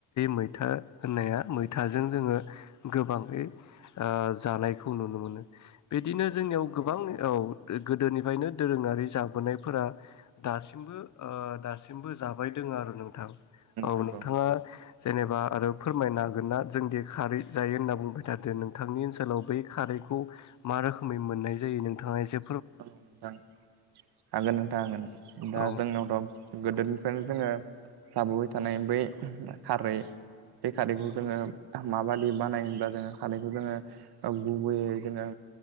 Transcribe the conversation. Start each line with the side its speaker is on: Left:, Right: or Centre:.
Left: मैथा होननाया मैथाजों जोङो गोबाङै ओ जानायखौ नु नो मोनो बिदिनो जोंनियाव गोबां औ गोदोनिफ्रायनो दोरोङारि जाबोनायफोरा दासिम दासिमबो ओ दासिमबो जाबाय दङ' आरो नोंथां औ
Right: नंगौ
Left: नोंथाङा जेनेबा आरो फोरमायनो हागोन ना जोंदि खारै जायो होनना बुंबाय थादो नोंथांनि ओनसोलाव बै खारै खौ मा रोखै मोननाय जायो नोंथाङा इसे
Right: औ नोंथां हागोन नोंथां हागोन। दा
Left: औ
Right: जोंनावथ' गोदोनिफ्रायनो जोङो जाबोबाय थानाय बै खारै बे खारैखौ जोङो माबादि बानायो होनब्ला जोङो खारैखौ जोङो गुबैयै जोङो